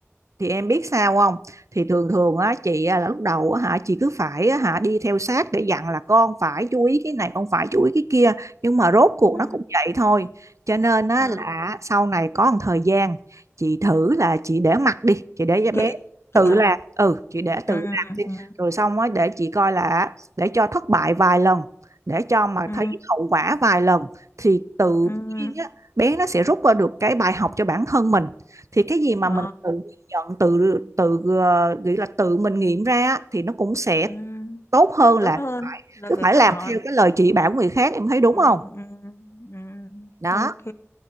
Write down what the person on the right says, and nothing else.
thì em biết sao không thì thường thường á chị á, là lúc đầu á hả chị cứ phải á, hả đi theo sát để dặn là con phải chú ý cái này con phải chú ý cái kia nhưng mà rốt cuộc
nó cũng vậy thôi cho nên á
là sau này có một thời gian chị thử là chị để mặc đi chị để bé
tự
làm ừ chị để tự
làm đi
rồi xong á để chị coi là để cho thất bại vài lần để cho mà
thấy hậu quả vài lần thì tự
nhiên á bé nó sẽ rút ra được cái bài học cho bản thân mình thì cái gì mà
mình tự nhận tự tự ờ, nghĩ là tự mình nghiệm ra á, thì nó cũng sẽ
tốt hơn là
cứ
phải
làm
theo cái lời chỉ bảo người khác em thấy đúng
không
đó